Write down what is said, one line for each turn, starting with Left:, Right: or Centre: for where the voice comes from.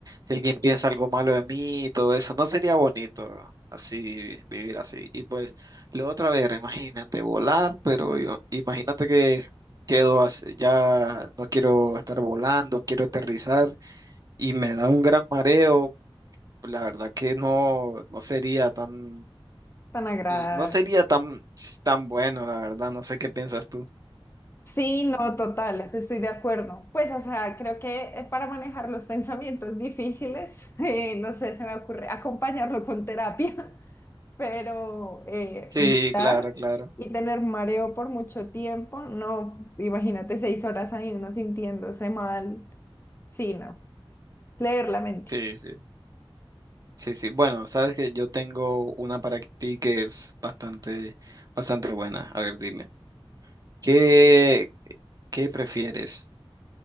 Right: si alguien piensa algo malo de mí y todo eso, no sería bonito así vivir así. Y pues lo otra vez, imagínate volar, pero yo- imagínate que quedo así, ya no quiero estar volando, quiero aterrizar y me da un gran mareo pues la verdad que no, no sería tan,
Left: Tan agradable.
Right: no sería tan, tan bueno, la verdad, no sé qué piensas tú.
Left: Sí, no, total, estoy de acuerdo. Pues, o sea, creo que eh, para manejar los pensamientos difíciles, <laughs> eh, no sé, se me ocurre acompañarlo con terapia, <laughs> pero eh,
Right: Sí,
Left: vomitar
Right: claro, claro.
Left: y tener mareo por mucho tiempo, no, imagínate seis horas ahí uno sintiéndose mal, sí, no, leer la mente.
Right: Sí, sí. Sí, sí. Bueno, sabes que yo tengo una para ti que es bastante, bastante buena. A ver, dime. ¿Qué, qué prefieres?